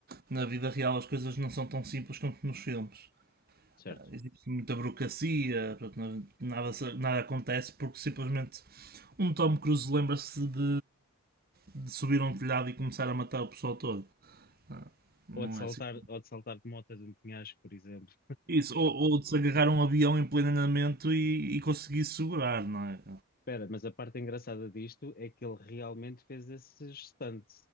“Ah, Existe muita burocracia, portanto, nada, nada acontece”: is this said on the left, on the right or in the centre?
Right